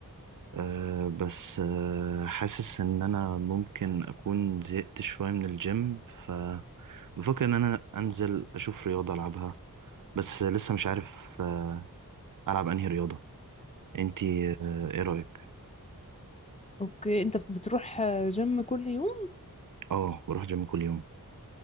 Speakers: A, on the right (about 60°); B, on the left (about 20°).
A: آه بس آه حاسس إن أنا ممكن أكون زهقت شوية من الجيم فبفكر إن أنا أنزل أشوف رياضة ألعبها بس لسه مش عارف آه ألعب أنهي رياضة أنتي آه إيه رأيك؟
B: اوكي انت بتروح جيم كل يوم
A: آه بروح جيم كل يوم